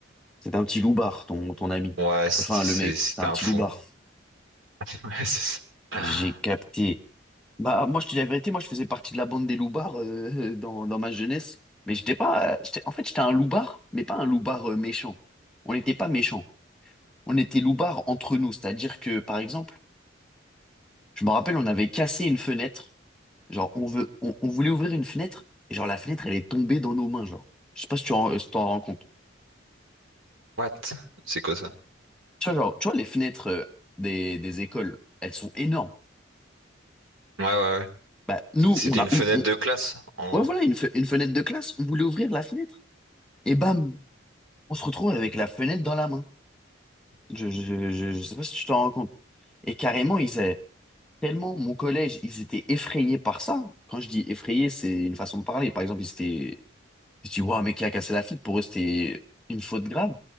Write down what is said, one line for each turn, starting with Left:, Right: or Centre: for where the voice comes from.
Centre: c'était un petit loubard, ton, ton ami.
Right: Ouais, c'est-
Centre: Enfin,
Right: c'est-
Centre: le mec,
Right: c'était
Centre: c'était un
Right: un
Centre: petit
Right: fou.
Centre: loubard.
Right: <laughs> Ouais, c'est ça.
Centre: J'ai capté. Bah, moi, je te dis la vérité, moi, je faisais partie de la bande des loubards euh, <laughs> dans, dans ma jeunesse. Mais j'étais pas, j'étais, en fait, j'étais un loubard, mais pas un loubard euh, méchant. On n'était pas méchants. On était loubards entre nous. C'est-à-dire que, par exemple, Je me rappelle, on avait cassé une fenêtre. Genre, on veut, on, on voulait ouvrir une fenêtre. Et genre, la fenêtre, elle est tombée dans nos mains, genre. Je sais pas si tu en- si t'en rends compte.
Right: What? C'est quoi ça?
Centre: Tu vois, genre, tu vois, les fenêtres euh, des, des écoles, elles sont énormes.
Right: Ouais, ouais,
Centre: Bah, nous,
Right: ouais. C'était
Centre: on a,
Right: une fenêtre
Centre: ou- on,
Right: de classe, en gros.
Centre: ouais, voilà, une, fe- une fenêtre de classe. On voulait ouvrir la fenêtre. Et bam, on se retrouve avec la fenêtre dans la main. Je, je, je, je sais pas si tu t'en rends compte. Et carrément, ils avaient tellement, mon collège, ils étaient effrayés par ça. Quand je dis effrayés, c'est une façon de parler. Par exemple, ils étaient Je dis, waouh, mais qui a cassé la fille? Pour eux, c'était une faute grave.